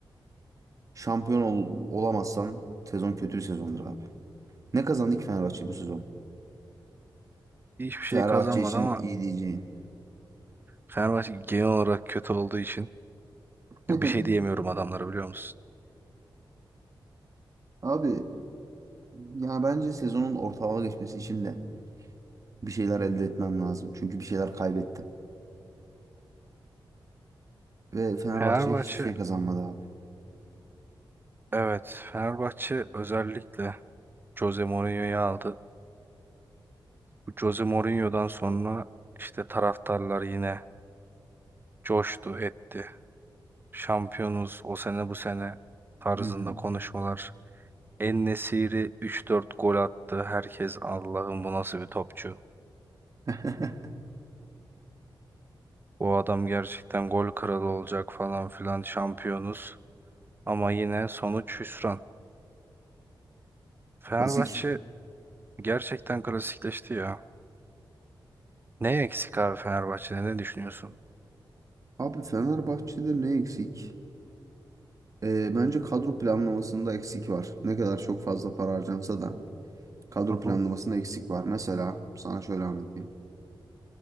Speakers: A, on the right; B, on the right.
A: şampiyon ol- olamazsan sezon kötü bir sezondur abi. Ne kazandı ki Fenerbahçe bu sezon?
B: Hiçbir
A: Fenerbahçe
B: şey kazanmadı
A: için
B: ama
A: iyi diyeceğin.
B: Fenerbahçe genel olarak kötü olduğu için
A: <laughs>
B: ya bir şey diyemiyorum adamlara biliyor musun?
A: Abi yani bence sezonun ortalığa geçmesi için de bir şeyler elde etmem lazım. Çünkü bir şeyler kaybettim. Ve Fenerbahçe
B: Fenerbahçe
A: hiçbir şey kazanmadı abi.
B: evet Fenerbahçe özellikle Jose Mourinho'yu aldı. Bu Jose Mourinho'dan sonra işte taraftarlar yine coştu etti. şampiyonuz o sene bu sene tarzında
A: Hı hı.
B: konuşmalar. En-Nesyri 3-4 gol attı. Herkes Allah'ım bu nasıl bir topçu.
A: <laughs>
B: Bu adam gerçekten gol kralı olacak falan filan şampiyonuz. Ama yine sonuç hüsran. Fenerbahçe
A: Klasik.
B: gerçekten klasikleşti ya. Ne eksik abi Fenerbahçe'de ne düşünüyorsun?
A: Abi Fenerbahçe'de ne eksik? Ee, bence kadro planlamasında eksik var. Ne kadar çok fazla para harcansa da kadro
B: Hı
A: planlamasında
B: hı.
A: eksik var. Mesela sana şöyle anlatayım.